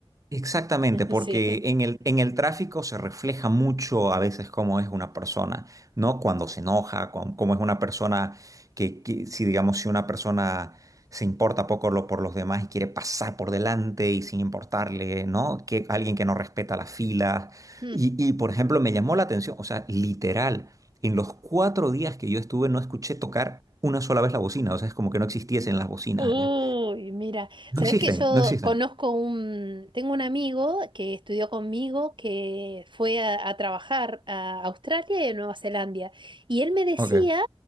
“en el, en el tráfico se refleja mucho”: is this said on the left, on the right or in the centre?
Right